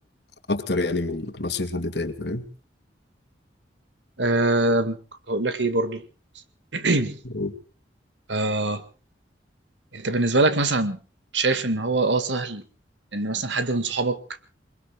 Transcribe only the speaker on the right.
آم، كنت هقول لك ايه برضه <clears throat>
آه انت بالنسبه لك مثلا شايف ان هو اه سهل ان مثلا حد من صحابك